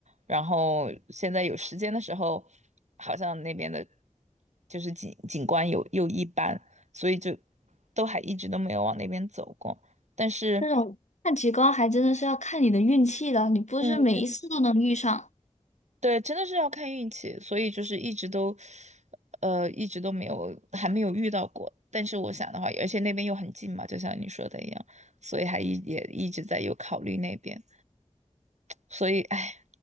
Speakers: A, on the right (about 75°); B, on the left (about 75°).
A: 然后现在有时间的时候，好像那边的，就是景景观有又一般，所以就都还一直都没有往那边走过。但是，
B: 这种看极光还真的是要看你的运气的，你不是每一次都能遇上。
A: 嗯，真的是，对，真的是要看运气，所以就是一直都，呃，一直都没有还没有遇到过。但是我想的话，而且那边又很近嘛，就像你说的一样，所以还一也一直在有考虑那边。所以，哎，